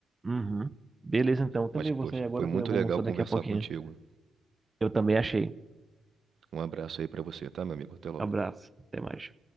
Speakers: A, on the right; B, on the right.
A: Uhum. Beleza, então. Também
B: Mas, poxa,
A: vou sair agora,
B: foi muito
A: que eu vou
B: legal
A: mostrar
B: conversar
A: daqui a pouquinho.
B: contigo.
A: Eu também achei.
B: Um abraço aí para você, tá, meu amigo? Até logo.
A: Abraço. Até mais.